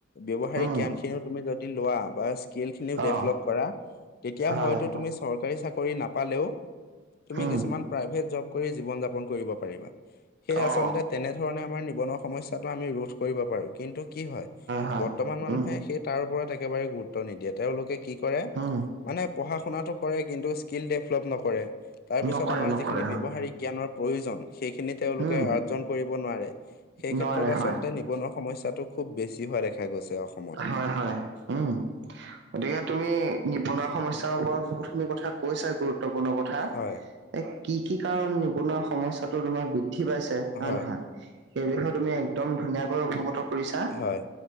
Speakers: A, on the left (about 50°); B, on the right (about 60°).
A: ব্যৱহাৰিক
B: উম
A: জ্ঞান খিনিও তুমি যদি। লোৱা বা স্কিল খিনিও ডেভলপ
B: অ
A: কৰা তেতিয়া
B: হয়
A: হয়তো তুমি চৰকাৰী চাকৰি নাপালেও। তুমি
B: উম
A: কিছুমান প্ৰাইভেট জব কৰি জীৱন যাপন কৰিব পাৰিবা। সেই আচলতে
B: অ
A: তেনেধৰণে আমাৰ নিবনুৱা সমস্যায়াটো আমি ৰোধ কৰিব পাৰো কিন্তু। কি হয়
B: হয়
A: বৰ্তমান মানুহে
B: উম
A: সেই তাৰ ওপৰত একেবাৰে গুৰুত্ব নিদিয়ে তেওঁলোকে। কি কৰে
B: উম
A: মানে পঢ়া শুনাটো কৰে কিন্তু স্কিল ডভলপ নকৰে। তাৰ পিছত
B: নকৰে
A: আমাৰ
B: নকৰে
A: যিখিনি ব্যৱহাৰিক
B: অ
A: জ্ঞানৰ প্ৰয়োজন সেইখিনি তেওঁলোকে
B: উম
A: অৰ্জন কৰিব নোৱাৰে। এই
B: নোৱাৰে
A: ক্ষেত্ৰত আচলতে
B: হয়
A: নিবনুৱা সমস্যাটো খুব বেছি হোৱা দেখা গৈছে। অসমত।
B: হয় হয় উম। গতিকে তুমি নিবনুৱা সমস্যাৰ ওপৰত বহুতখিনি কথা কৈছা গুৰুত্বপূৰ্ণ কথা।
A: হয়,
B: এ কি কি কাৰণ নিবনুৱা সমস্যাটো তোমাৰ বৃদ্ধি পাইছে হয়ে
A: হয়,
B: নহয়? সেই বিষয়ে তুমি একদম ধুনীয়াকৈ অৱগত কৰিছা
A: হয়,